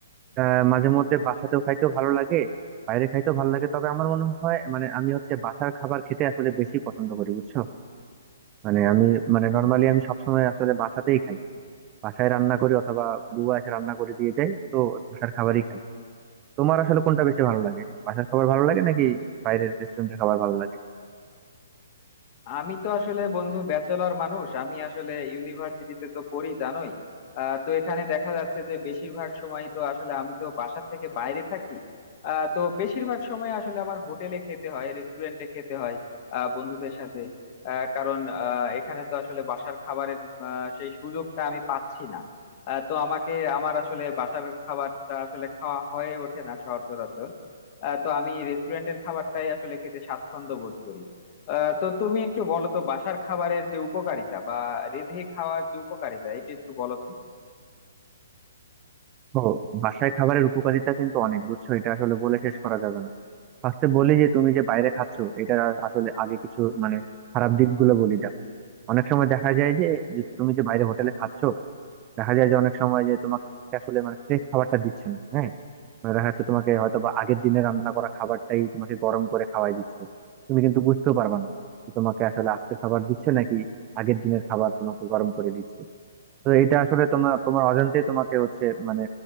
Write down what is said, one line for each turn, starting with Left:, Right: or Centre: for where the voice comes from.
Right: আহ, মাঝে মধ্যে বাসাতেও খাইতেও ভালো লাগে বাইরে খাইতেও ভালো লাগে তবে আমার মনে হয় মানে আমি হচ্ছে বাসার খাবার খেতে আসলে বেশি পছন্দ করি বুঝছো মানে আমি মানে নর্মালি আমি সবসময় আসলে বাসাতেই খাই বাসায় রান্না করি অথবা বুয়া এসে রান্না করে দিয়ে যায় তো বাসার খাবারই খাই তোমার আসলে কোনটা বেশি ভালো লাগে বাসার খাবার ভালো লাগে নাকি বাইরের রেস্টুরেন্টের খাবার ভালো লাগে
Left: আমি তো আসলে বন্ধু ব্যাচেলর মানুষ আমি আসলে ইউনিভার্সিটিতে তো পড়ি জানোই আহ, তো এখানে দেখা যাচ্ছে যে বেশিরভাগ সময় তো আসলে আমি তো বাসার থেকে বাইরে থাকি আহ, তো বেশিরভাগ সময় আসলে আমার হোটেলে খেতে হয় রেস্টুরেন্টে খেতে হয় আহ, বন্ধুদের সাথে আহ, কারণ আহ, এখানে তো আসলে বাসার খাবারের আহ, সেই সুযোগটা আমি পাচ্ছি না আহ, তো আমাকে আমার আসলে বাসার খাবারটা আসলে খাওয়া হয়ে ওঠে না সচরাচর আহ, তো আমি রেস্টুরেন্টের খাবারটাই আসলে খেতে স্বাচ্ছন্দ্য বোধ করি আহ, তো তুমি একটু বলো তো বাসার খাবারের যে উপকারিতা বা রেঁধে খাওয়ার যে উপকারিতা এটা একটু বলো তো
Right: ও বাসায় খাবারের উপকারিতা কিন্তু অনেক বুঝছো এটা আসলে বলে শেষ করা যাবে না ফার্স্টে বলি যে তুমি যে বাইরে খাচ্ছ এটার আ- আসলে আগে কিছু মানে খারাপ দিকগুলো বলি দেখো অনেক সময় দেখা যায় যে যে তুমি যে বাইরে হোটেলে খাচ্ছ দেখা যায় যে অনেক সময় যে তোমাকে আসলে মানে ফ্রেশ খাবারটা দিচ্ছে না হ্যাঁ মানে দেখা যাচ্ছে তোমাকে হয়তো বা আগের দিনে রান্না করা খাবারটাই তোমাকে গরম করে খাওয়াই দিচ্ছে তুমি কিন্তু বুঝতেও পারবা না যে তোমাকে আসলে আজকে খাবার দিচ্ছে নাকি আগের দিনের খাবার তোমাকে গরম করে দিচ্ছে তো এটা আসলে তোমার তোমার অজান্তে তোমাকে হচ্ছে মানে